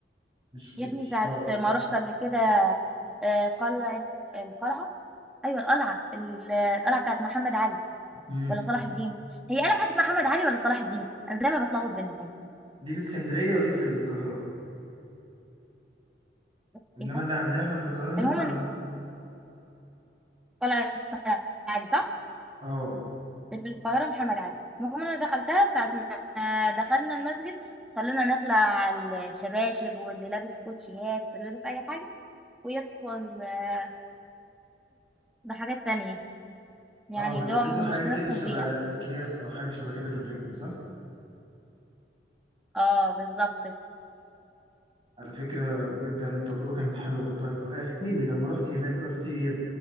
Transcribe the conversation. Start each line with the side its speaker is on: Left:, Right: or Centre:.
Right: مش
Centre: يا
Right: مش
Centre: ابني ساعة
Right: لائق
Centre: ما رحت قبل كده آه، قلعة القلعة أيوة القلعة ال- القلعة بتاعت محمد علي
Right: امم
Centre: ولا صلاح الدين هي قلعة محمد علي ولا صلاح الدين أنا دايما بتلخبط بينهم
Right: دي في اسكندريه ودي في القاهره
Centre: إيه
Right: انما
Centre: ده
Right: اللي عندنا احنا في القاهره هنا
Centre: المهم
Right: عن
Centre: إن قلعة محمد علي صح
Right: اه
Centre: اللي في القاهرة محمد علي المهم أنا دخلتها ساعة ما دخلنا المسجد خلونا نخلع على الشباشب واللي لابس كوتشيات واللي لابس أي حاجة ويدخل آه، بحاجات تانية يعني
Right: اه بتلبسوا
Centre: اللي هو مش
Right: حاجه
Centre: بندخل
Right: كده شبه
Centre: بيها
Right: اكياس او حاجه شبه كده في الرجل صح
Centre: اه بالظبط
Right: على فكرة
Centre: كده
Right: بجد يعني التجربة كانت حلوة طيب احكي لي لما رحتي هناك رحتي ب...